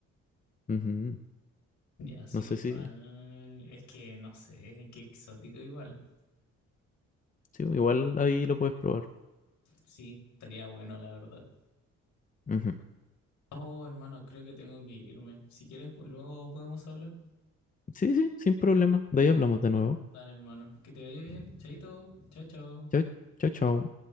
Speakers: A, on the left (about 25°); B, on the left (about 75°).
A: Ujú.
B: Ya, sí,
A: No sé
B: igual.
A: si,
B: Es que no sé, qué exótico igual.
A: sí, igual ahí lo puedes probar.
B: Sí, estaría bueno, la verdad.
A: Ujú.
B: Oh, hermano, creo que tengo que irme. Si quieres, pues, luego podemos hablar.
A: Sí, sí, sin problema. De ahí hablamos de nuevo.
B: Dale, hermano. Que te vaya bien. Chaito. Chao, chao.
A: Chao, chao, chao.